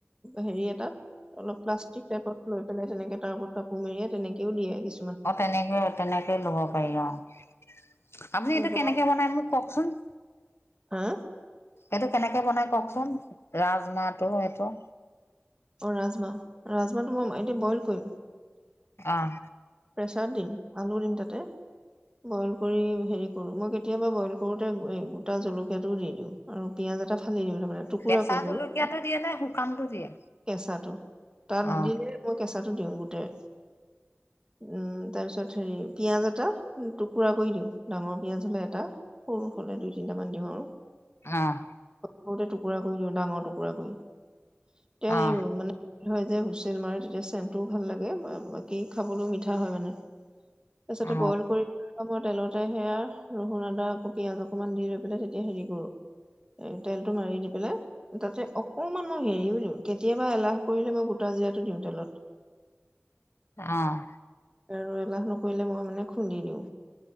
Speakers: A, on the right; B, on the left.
A: হেৰি এটাত অলপ প্লাষ্টিক টাইপত লৈ পেলাই তেনেকে তাৰ ওপৰত কাপোৰ মেৰিয়াই তেনেকেও দিয়ে কিছুমা
B: অ তেনেকে তেনেকে লব পাৰি অ আপুনি
A: এই
B: এইটো
A: বৰফ
B: কেনেকে বনাই মোক কওকচোন
A: হা
B: সেইটো কেনেকে বনাই কওকচোন ৰাজমাহটো সেইটো
A: অ ৰাজমাহ ৰাজমাহটো মই এতিয়া বইল কৰিম
B: আহ
A: প্ৰেচাৰ দিম আলু দিম তাতে বইল কৰি হেৰি কৰো মই কেতিয়াবা বইল কৰোতে গোটা জলকীয়াটোও দি দিওঁ উম পিয়াজ লগতে সানি লৈ ল টুকুৰা
B: কেঁচা
A: কৰি
B: জলকীয়াটো
A: আৰু
B: দিয়ে নে শুকানটো দিয়ে
A: কেঁচাটো তাত
B: অ
A: দিলে কেঁচাটো দিওঁ গোটেই উম তাৰ পিছত হেৰি পিয়াজ এটা টুকুৰা কৰি দিও ডাঙৰ পিয়াজ হলে এটা সৰু হ'লে দুই তিনিটামান দিম আৰু
B: আহ
A: সৰুতে টুকুৰা কৰি দিওঁ ডাঙৰ টুকুৰা কৰি এয়া
B: অ
A: সেই মানে হয় গে হুচেল মাৰে তেতিয়া চেনটোও ভাল লাগে বাকী খাবলৈও মিঠা হয় মানে তাছতে
B: অ
A: বইল কৰি মই তেলতে সেয়া নহৰু আদা আকৌ পিয়াঁজ অকমান দি লৈ পেলাই তেতিয়া হেৰি কৰো এ তেলটো মাৰি দি পেলাই তাতে অকমান মই মেৰি নিও কেতিয়াবা এলাহ কৰিলে মই গোটা জিৰাটো দিওঁ তেলত
B: আহ
A: আৰু এলাহ নকৰিলে মই মানে খুন্দি দিওঁ